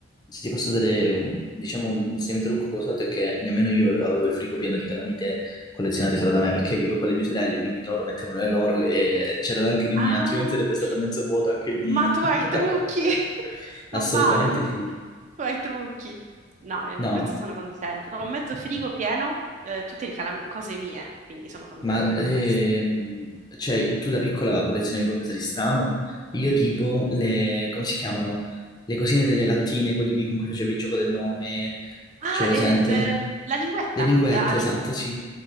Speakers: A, on the left; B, on the right.
A: se ti posso dare un, diciamo un semitrucco che ho usato è che nemmeno io avevo il frigo pieno di calamite collezionate solo da me perché vivo con le mie sorelle, quindi loro mettevano le loro e c'erano anche le
B: Ah,
A: mie, altrimenti sarebbe stato mezzo vuoto anche il mio.
B: ma tu
A: <laughs>
B: hai i trucchi! <laughs> Non
A: Assolutamente
B: vale, tu,
A: sì.
B: tu hai i trucchi. No, eh,
A: No,
B: questo sono contenta. Ho mezzo frigo pieno, eh, tutte di calami- cose mie, quindi sono contenta
A: Ma
B: di
A: ehm,
B: questo.
A: cioè, tu da piccola collezionavi qualcosa di strano? Io tipo le, come si chiamano? Le cosine delle lattine, quelli di- con cui facevi il gioco del nome,
B: Ah,
A: cioè presente?
B: e beh, la linguetta,
A: Le linguette,
B: la, lin-
A: esatto, sì,